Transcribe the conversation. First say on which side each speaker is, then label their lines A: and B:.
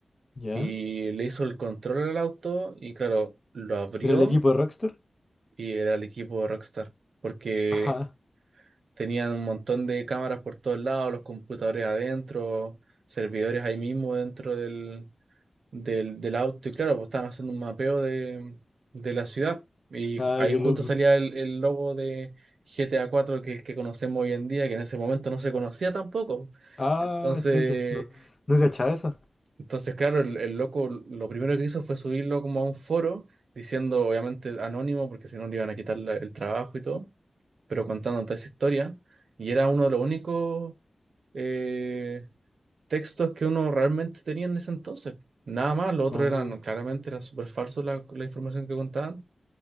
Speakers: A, on the left; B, on the right.
A: ya.
B: Y le hizo el control al auto y claro, lo abrió
A: ¿Era el equipo de Rockstar?
B: y era el equipo de Rockstar. Porque
A: <laughs> Ajá.
B: Tenían un montón de cámaras por todos lados, los computadores adentro, servidores ahí mismo dentro del, del, del auto. Y claro, pues estaban haciendo un mapeo de, de la ciudad. Y
A: Ah,
B: ju- ahí
A: qué
B: justo
A: loco.
B: salía el, el logo de GTA 4 que, que conocemos hoy en día, que en ese momento no se conocía tampoco.
A: Ah,
B: Entonces,
A: chuta. No, no cachaba esa.
B: entonces claro, el, el loco lo primero que hizo fue subirlo como a un foro, diciendo obviamente anónimo, porque si no le iban a quitar la- el trabajo y todo pero contando toda esa historia, y era uno de los únicos eh, textos que uno realmente tenía en ese entonces. Nada más, lo otro
A: Oh.
B: eran, claramente era súper falso la, la información que contaban,